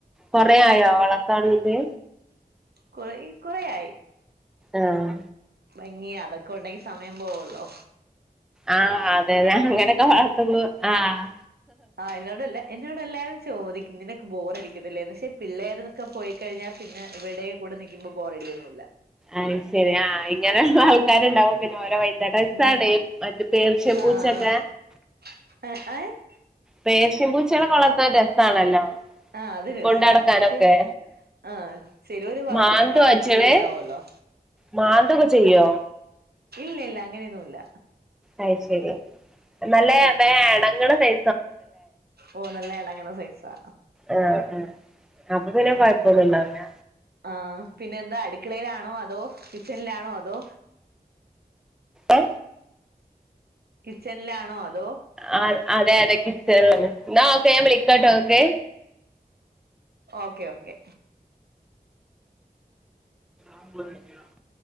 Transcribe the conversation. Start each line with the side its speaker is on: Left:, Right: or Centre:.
Centre: കൊറെ ആയോ വളർത്താൻ തൊടങ്ങീറ്റ്
Right: കൊറെ കൊറെയായി
Centre: ആഹ്
Right: ഭംഗിയ അതൊക്കെ ഉണ്ടെങ്കി സമയം പോവൊള്ളോ
Centre: ആഹ് അതെ തെ അങ്ങനെക്കെ വർത്തൂ ആഹ്
Right: വയനാടല്ലേ എന്നോട് എല്ലാരും ചോദിക്കും നിനക്ക് ബോറ അടിക്കുന്നില്ലേന്ന് ക്ഷെ പിള്ളേര്‌ ന്നൊക്കെ പോയിക്കഴിഞ്ഞാ പിന്നെ ഇവിടെ കൂട നിക്കുമ്പോ ബോറഡിയൊന്നുല്ല
Centre: അത് ശരി ആ ഇങ്ങനെന്നു ആൾക്കാര്ണ്ടാവും പിന്നെ ഓര വൈത്ത രസ്സാണയ്
Right: ഉം
Centre: മറ്റേ പേർഷ്യൻ പൂച്ചക്കെ
Right: ആഹ് <unintelligible>
Centre: പേർഷ്യൻ പൂച്ചേളക്ക വളർത്താൻ രസാണല്ലോ
Right: ആഹ് അത് രസാണ്
Centre: കൊണ്ടടക്കാനൊക്കെ
Right: പക്ഷെ ആഹ് ചെലോര് വളർത്തീട്ട്
Centre: മാന്തോ
Right: കളയുന്നോരും
Centre: അയ്റ്റങ്ങള്
Right: ഉണ്ടാവൊല്ലോ
Centre: മാന്തൊക്കെ ചെയ്യോ
Right: ഇല്ല ഇല്ല അങ്ങനെയൊന്നുല്ല
Centre: അത് ശരി നല്ല വേ എണങ്ങ്ണ സൈ
Right: ഓ നല്ല എണങ്ങ്ണ സൈസാ
Centre: ആഹ് ആ അപ്പ പിന്നെ കൊയപ്പൊന്നുണ്ടാ
Right: ഉം
Centre: വൂല
Right: ആഹ് പിന്നെ എന്താ അട്ക്ക്ളേലാണോ അതോ കിച്ചൺലാണോ അതോ
Centre: ഏ
Right: കിച്ചൺലാണോ അതോ
Centre: ആഹ് അതെ അതെ കിച്ചൺലാൺ ന്നാ ഓക്കെ ഞാൻ വിളിക്കട്ടൊ ങക്ക്
Right: ഓക്കെ ഓക്കെ
Centre: <unintelligible>